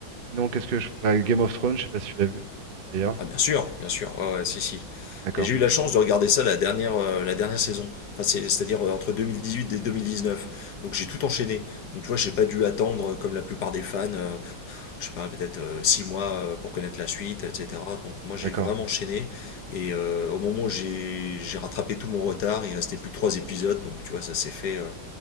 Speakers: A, on the right; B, on the left.
A: Sinon, qu'est-ce que je. bah, Game of Thrones, je sais pas si tu l'as vu, d'ailleurs.
B: Ah bien sûr, bien sûr, ouais, ouais, si, si.
A: D'accord,
B: Et j'ai eu la chance de regarder ça la dernière, euh, la dernière saison, enfin, c'est- c'est-à-dire euh, entre huit et 2019. Donc j'ai tout enchaîné. Donc tu vois, j'ai pas dû attendre, euh, comme la plupart des fans, euh, je sais pas, peut-être euh, 6 mois euh, pour connaître la suite, etc. Donc moi j'ai
A: d'accord.
B: vraiment enchaîné. Et euh, au moment où j'ai j'ai rattrapé tout mon retard, il restait plus que 3 épisodes. Donc tu vois, ça s'est fait, euh,